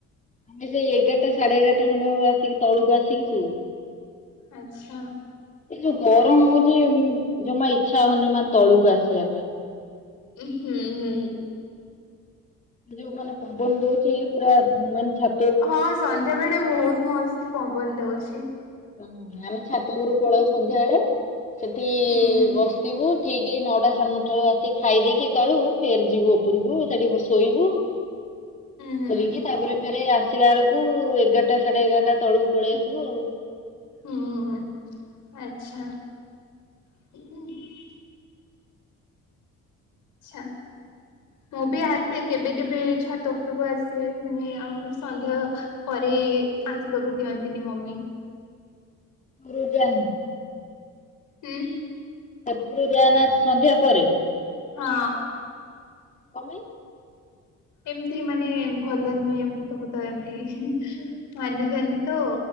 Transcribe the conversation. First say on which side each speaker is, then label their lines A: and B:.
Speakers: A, on the left; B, on the left.
A: ଆମେ ସେଇ ଏଗାରଟା ସାଢେ ଏଗାରଟା ଖଣ୍ଡେ ଆସିକି ତଳକୁ ଆସିକି ସୋଉ।
B: ଆଛା।
A: ଏଇ ଯୋଉ ଗରମ ହଉଚି ଜମା ଇଚ୍ଛା ହଉନି ମାନେ ତଳୁକୁ ଆସିବା ପାଇଁ।
B: ଉ ହୁଁ ହୁଁ।
A: ଯୋଉ ମାନେ ପବନ ଦଉଚି ପୁରା ମାନେ ଛା
B: ହଁ ସନ୍ଧ୍ୟା ବେଳେ ଟିକେ ବହୁତ ମସ୍ତ ପବନ ଦଉଚି।
A: ହଁ ଆମେ ଛାତ ଉପରୁ ପଳଉ ସନ୍ଧ୍ୟାବେଳେ ସେଠି
B: ହୁଁ ହୁଁ
A: ବସିଥିବୁ ତ ଉଠିକି ନଅଟା ସଡେ ନଟା ବେଳୁ ଆସିକି ଖାଇ ଦେଇକି ତଳୁ ଫେର ଯିବୁ ଉପରକୁ ସେଠି ଶୋଇବୁ।
B: ହୁଁ
A: ଶୋଇକି ତାପରେ ଫେରେ ଆସିଲା ବେଳକୁ ଏଗାରଟା ସାଢେ ଏଗାରଟା ତଳକୁ ପଳେଇ ଆସିବୁ ଆଉ।
B: ଉ ହୁଁ ଆଚ୍ଛା। ଉଁ ଆଚ୍ଛା। ମୁଁ ବି ଆସେ କେବେ କେବେ ଛାତ ଉପୁରକୁ ଆସେ ମାନେ ଆମର ସନ୍ଦେହ ପରେ ଆସିବାକୁ ଦିଅନ୍ତିନି ମମି
A: ରୋଜାଆନି
B: ହୁଁ।
A: ସେପରୁ ଯାଏନା ସନ୍ଧ୍ୟା ପରେ
B: ହଁ।
A: କମି
B: ଏମିତି ମାନେ ଭଲ ନୁହେଁ ଭୂତ ଭୂତ ଏମିତି ମାନୁଚନ୍ତି ତ